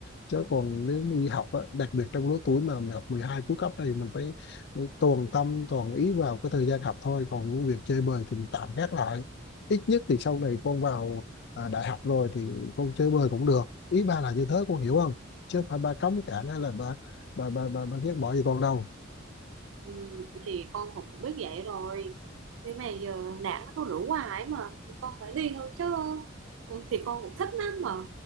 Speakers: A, on the left (about 60°); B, on the right (about 85°).
A: chứ còn nếu đi học á, đặc biệt trong lứa tuổi mà học 12 cuối cấp này mình phải để toàn tâm toàn ý vào cái thời gian học thôi còn việc chơi bời thì mình tạm gác lại ít nhất thì sau này con vào à, đại học rồi thì con chơi bời cũng được ý ba là như thế con hiểu không chứ không phải ba cấm cản hay là ba ba ba ba, ba ghét bỏ gì con đâu
B: ừ, thì con học cũng biết vậy rồi nhưng mà giờ đảng nó có rủ hoài mà thì con phải đi thôi chứ Ừ, thì con cũng thích lắm mà